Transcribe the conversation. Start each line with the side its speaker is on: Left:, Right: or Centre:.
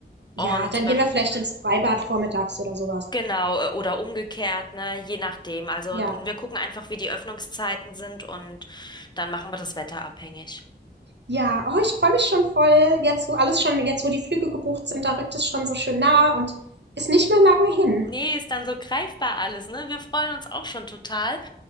Right: Ja,
Left: Und
Right: dann
Left: wenn,
Right: gehen wir vielleicht ins Freibad vormittags oder sowas.
Left: genau, äh, oder umgekehrt, ne, je nachdem. Also
Right: Ja.
Left: wir gucken einfach, wie die Öffnungszeiten sind und dann machen wir das wetterabhängig.
Right: Ja, oh, ich freue mich schon voll. Jetzt, wo alles schon, jetzt, wo die Flüge gebucht sind, da rückt es schon so schön nah und ist nicht mehr lange hin.
Left: Nee, ist dann so greifbar alles, ne? Wir freuen uns auch schon total.